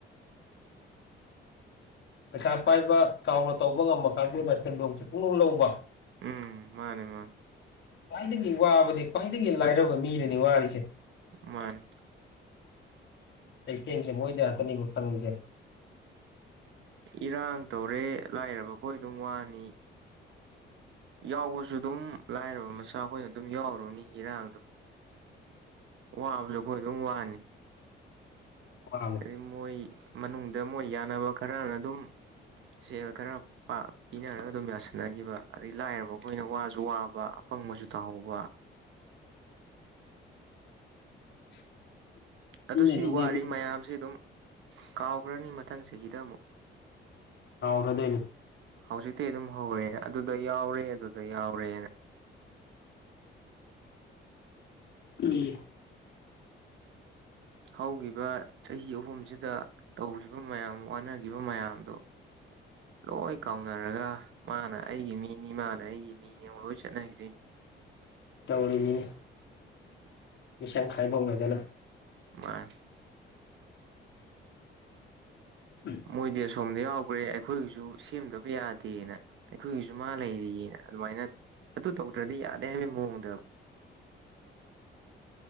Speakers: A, on the left; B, on the right.
A: ꯄꯩꯁꯥ ꯄꯥꯏꯕ ꯆꯥꯎꯅ ꯇꯧꯕ ꯉꯝꯕ ꯀꯥꯡꯕꯨꯅ ꯁꯦꯟꯗꯣꯡꯁꯦ ꯄꯨꯡꯂꯧ ꯂꯧꯕ
B: ꯎꯝ ꯃꯥꯅꯦ ꯃꯥꯅꯤ
A: ꯈ꯭ꯋꯥꯏꯗꯒꯤ ꯋꯥꯕꯗꯤ ꯈ꯭ꯋꯥꯏꯗꯒꯤ ꯂꯥꯏꯔꯕ ꯃꯤꯅꯅꯤ ꯋꯥꯔꯤꯁꯦ
B: ꯃꯥꯅꯤ
A: ꯆꯩꯊꯦꯡꯁꯦ ꯃꯣꯏꯗ ꯉꯥꯛꯇꯅꯤꯕ ꯐꯪꯉꯤꯁꯦ
B: ꯏꯔꯥꯡ ꯇꯧꯔꯦ ꯂꯥꯏꯔꯕ ꯑꯩꯈꯣꯏ ꯑꯗꯨꯝ ꯋꯥꯅꯤ ꯌꯥꯎꯕꯁꯨ ꯑꯗꯨꯝ ꯂꯥꯏꯔꯕ ꯃꯆꯥ ꯑꯩꯈꯣꯏꯅ ꯑꯗꯨꯝ ꯌꯥꯎꯔꯨꯅꯤ ꯏꯔꯥꯡꯗꯣ ꯋꯥꯕꯁꯨ ꯑꯩꯈꯣꯏ ꯑꯗꯨꯝ ꯋꯥꯅꯤ
A: <unintelligible>
B: ꯑꯗꯩ ꯃꯣꯏ ꯃꯅꯨꯡꯗ ꯃꯣꯏ ꯌꯥꯅꯕ ꯈꯔꯅ ꯑꯗꯨꯝ ꯁꯦꯜ ꯈꯔ ꯄꯥ ꯄꯤꯅꯔꯒ ꯑꯗꯨꯝ ꯌꯥꯁꯟꯅꯈꯤꯕ ꯑꯗꯩ ꯂꯥꯏꯔꯕ ꯑꯩꯈꯣꯏꯅ ꯋꯥꯁꯨ ꯋꯥꯕ ꯑꯄꯪꯕꯁꯨ ꯇꯥꯍꯧꯕ
A: <inaudible>
B: ꯑꯗꯨ
A: ꯃꯤꯅꯅꯤꯅꯦ
B: ꯁꯤ ꯋꯥꯔꯤ
A: ꯃꯤꯅ
B: ꯃꯌꯥꯝꯁꯦ ꯑꯗꯨꯝ ꯀꯥꯎꯈ꯭ꯔꯅꯤ ꯃꯊꯪ ꯆꯍꯤꯗ ꯑꯃꯨꯛ
A: ꯀꯥꯎꯈ꯭ꯔꯗꯣꯏꯅꯦ
B: ꯍꯧꯖꯤꯛꯇꯩ ꯑꯗꯨꯝ ꯍꯧꯔꯦ ꯑꯗꯨꯗ ꯌꯥꯎꯔꯦ ꯑꯗꯨꯗ ꯌꯥꯎꯔꯦꯅ
A: ꯎꯝ
B: ꯍꯧꯈꯤꯕ ꯆꯍꯤ ꯑꯍꯨꯝꯁꯤꯗ ꯇꯧꯈꯤꯕ ꯃꯌꯥꯝ ꯋꯥꯅꯈꯤꯕ ꯃꯌꯥꯝꯗꯣ ꯂꯣꯏ ꯀꯥꯎꯅꯔꯒ ꯃꯥꯅ ꯑꯩꯒꯤ ꯃꯤꯅꯤ ꯃꯥꯅ ꯑꯩꯒꯤ ꯃꯤꯅꯤ ꯑꯃꯛ ꯂꯣꯏ ꯆꯠꯅꯈꯤꯗꯣꯏꯅꯤ
A: ꯇꯧꯔꯤꯅꯤ ꯃꯤꯁꯪ ꯈꯥꯏꯕꯣꯛꯅꯗꯅ
B: ꯃꯥꯅꯤ
A: ꯎꯝ
B: ꯃꯣꯏꯗꯤ ꯑꯁꯣꯝꯗ ꯌꯥꯎꯒ꯭ꯔ‌ꯦ ꯑꯩꯈꯣꯏꯒꯤꯁꯨ ꯁꯦꯝꯗꯕ ꯌꯥꯗꯦꯅ ꯑꯩꯈꯣꯏꯒꯤꯁꯨ ꯃꯥ ꯂꯩꯔꯤꯌꯦꯅ ꯑꯗꯨꯃꯥꯏꯅ ꯑꯗꯨ ꯇꯧꯗ꯭ꯔꯗꯤ ꯌꯥꯗꯦ ꯍꯥꯏꯕꯒꯤ ꯃꯑꯣꯡꯗ